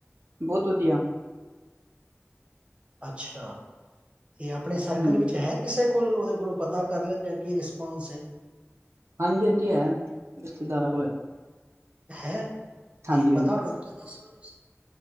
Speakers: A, on the right; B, on the right.
A: ਬਹੁਤ ਵਧੀਆ।
B: ਅੱਛਾ। ਤੇ ਆਪਣੇ ਸਰਕਲ
A: ਹੂੰ
B: ਵਿੱਚ ਹੈ ਕਿਸੇ ਕੋਲ ਉਹਦੇ ਕੋਲੋਂ ਪਤਾ ਕਰ ਲੈਂਦੇ ਹ ਕੀ ਰਿਸਪੋਂਸ ਹੈ।
A: ਹਾਂਜੀ ਹਾਂਜੀ ਹੈ। ਰਿਸ਼ਤੇਦਾਰਾਂ ਕੋਲ ਹੈਗੇ।
B: ਹੈਂ।
A: ਹਾਂਜੀ
B: ਤੇ ਪਤਾ
A: ਹਾਂਜੀ
B: ਕਰਕੇ ਦਸੋ ਤੁਸੀ